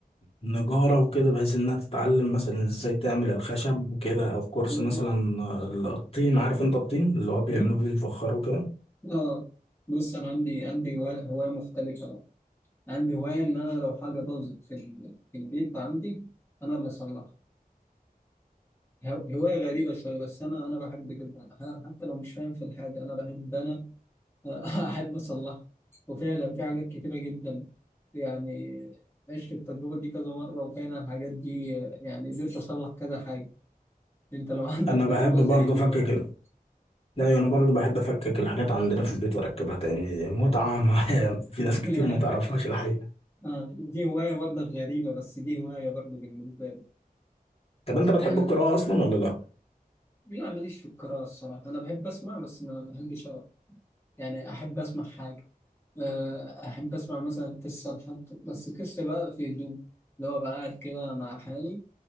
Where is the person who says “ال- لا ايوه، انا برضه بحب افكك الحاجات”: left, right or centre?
Left